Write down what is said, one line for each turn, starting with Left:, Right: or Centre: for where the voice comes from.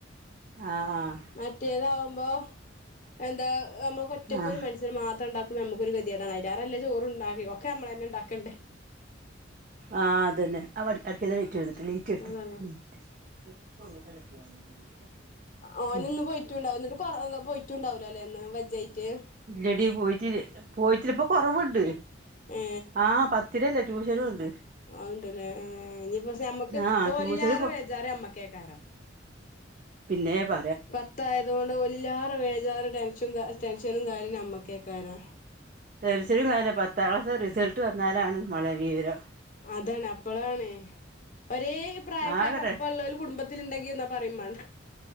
Right: ആഹ് ആഹ്
Left: മറ്റേതാകുമ്പോ എന്താ നമ്മക്ക് ഒറ്റക്ക്
Right: ആഹ്
Left: ഒരു മനു ഷ്യന് മാത്രം ഉണ്ടാക്കുമ്പോ നമ്മക്ക് ഒരു ഗതികേടാണ് <unintelligible> ചോറ് ഉണ്ടാക്കി ഒക്കെ നമ്മള് തന്നെ ഉണ്ടാക്കണ്ടേ
Right: ആഹ് അതന്നെ ആ വർക്കേരിക്കകത്തെ ലൈറ്റ് കെടുത്ത്
Left: അതാണ്
Right: കേട്ടോ ലൈറ്റ് കെടുത്ത് ലൈറ്റ് <unintelligible>
Left: ഓൻ
Right: ഉം
Left: ഇന്ന് പോയിട്ടുണ്ടാവി കൊറ പോയിട്ടുണ്ടാവലോ അല്ലേ ഇന്ന് വജ്ജ ആയിട്ട്
Right: ഇല്ലടി പോയിട്ടില്ല പോയിട്ട് ഇപ്പ കൊറവുണ്ട്
Left: ഏ
Right: ആഹ് പത്തിലല്ലേ ട്യൂഷനും ഉണ്ട്
Left: ഒണ്ടല്ലേ ഇനിയിപ്പോ ഞമ്മക്ക്
Right: ആഹ്
Left: ഓലില്ലാറെ
Right: ട്യൂഷന് പോ
Left: ബേജാറ് ഞമ്മക്ക് ക്കേക്കാരാ
Right: പിന്നെ ഭ
Left: പത്തായത് കൊണ്ട് വല്ലാറ് ബേജാറ് ടെൻഷും ടെൻഷനും കാര്യം നമ്മക്കേക്കരാ
Right: ടെൻഷനും കാര്യം പത്താം ക്ലാസ് റിസൾട്ട് വന്നാലാണ് മോളെ വിവരം
Left: അതാണ് അപ്പളാണ് ഒരേ പ്രായക്കാർ
Right: ആകട്ടെ
Left: ഒപ്പവൊള്ള ഒരു കുടുംബ ത്തിൽ ഉണ്ടെങ്കി എന്നാ പറയും വേണ്ട